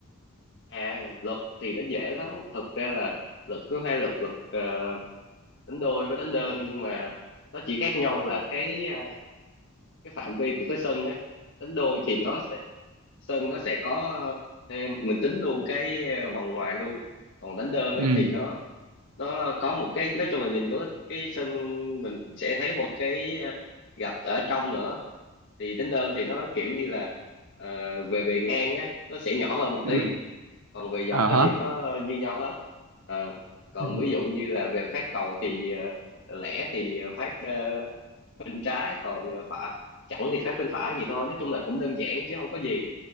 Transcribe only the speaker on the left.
à luật thì nó dễ lắm thật ra là luật có hai luật luật ờ, đánh đôi với đánh đơn nhưng mà nó chỉ khác nhau là cái à, cái phạm vi của cái sân á đánh đôi thì nó sẽ sân nó sẽ có ờ, em- mình tính luôn cái ờ, vòng ngoài luôn còn đánh đơn á
thì nó nó có một cái nói chung là nhìn vô cái sân mình sẽ thấy một cái ờ, gạch ở trong nữa thì đánh đơn thì nó kiểu như là ờ, về bề ngang á nó sẽ nhỏ hơn một
tí còn về dọc
á
thì nó như nhau hết Ờ, còn
ví dụ như là về phát cầu thì ờ, lẻ thì phát ờ, bên trái còn ờ, phải chẳng thì phép bên phải gì thôi nói chung là cũng đơn giản chứ không có gì